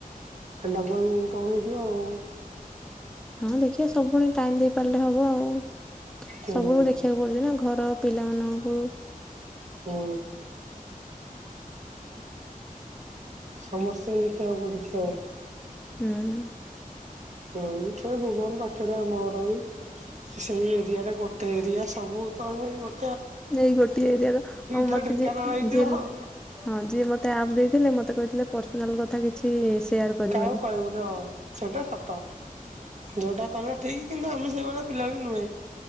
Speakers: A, on the right; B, in the centre.
A: ଡବଲ ଇନକମ ହେଇଯିବ ଆଉ।
B: ହଁ ଦେଖିବା ସବୁ ପୁଣି ଟାଇମ ଦେଇ ପାରିଲେ ହବ ଆଉ,
A: ହୁଁ।
B: ସବୁୁ ଦେଖିବାକୁ ପଡଛି ନା। ଘର ପିଲାମାନଙ୍କୁ।
A: ହୁଁ। ସମସ୍ତେଙ୍କୁ ଦେଖିବାକୁ ପଡୁଛି ଆଉ।
B: ହୁଁ
A: ହୁଁ ସେଇ ଭୁବନ ପାଖରେ ଆମ ଘର ବି ସେଇ ଏରିଆରେ ଗୋଟେ ଏରିଆ ସବୁ ତ ସେ
B: ଏଇ ଗୋଟିଏ ଏରିଆ ର ଆଉ
A: ତ
B: ମତେ
A: ଢେଙ୍କାନାଳ
B: ଯିଏ
A: ହେଇଥିବ
B: ଯିଏ
A: ଆଉ।
B: ହଁ ଯିଏ ମତେ ଆମ ଦେଇଥିଲେ। ମତେ କହିଥିଲେ ପର୍ସନାଲ କଥା କିଛି ସେୟାର କରିବନି
A: କାହାକୁ କହିବୁନି ହଁ ସେଇଟା ସତ। ଯୋଉଟା କଲ ଠିକ। କିନ୍ତୁ ଆମେ ସେଇଭଳିଆ ପିଲା ବି ନୁହେଁ।